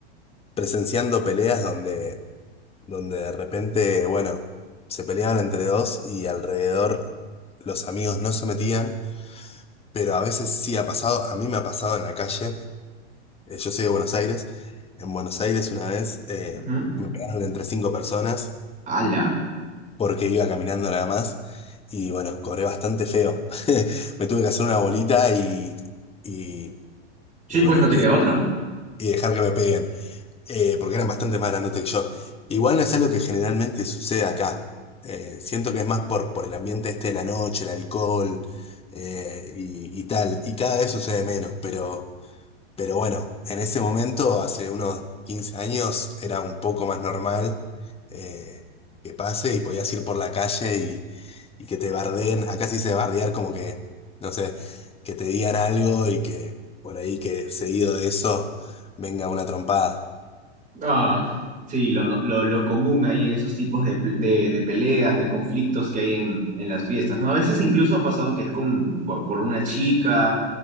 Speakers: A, on the left; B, on the right.
A: presenciando peleas donde, donde de repente, bueno, se peleaban entre dos y alrededor los amigos no se metían, pero a veces sí ha pasado, a mí me ha pasado en la calle, Eh, yo soy de Buenos Aires, en Buenos Aires una vez eh,
B: Ujú.
A: me pegaron entre cinco personas
B: ¡Hala!
A: porque iba caminando nada más y bueno, cobré bastante feo. <laughs> Me tuve que hacer una bolita y... y
B: Sí,
A: Y
B: pues
A: bueno,
B: no
A: y,
B: te
A: que,
B: queda otro
A: y dejar que me peguen, eh, porque eran bastante más grandotes que yo. Igual no es algo que generalmente sucede acá. Eh, siento que es más por, por el ambiente este de la noche, el alcohol eh, y, y tal. Y cada vez sucede menos, pero... Pero bueno, en ese momento, hace unos 15 años, era un poco más normal eh, que pase y podías ir por la calle y, y que te bardeen. Acá sí se bardear como que, no sé, que te digan algo y que por ahí que seguido de eso venga una trompada.
B: Ah, sí, lo, no- lo, lo común ahí en esos tipos de, pl- de, de peleas, de conflictos que hay en, en las fiestas, ¿no? A veces incluso ha pasado que es con, por, por una chica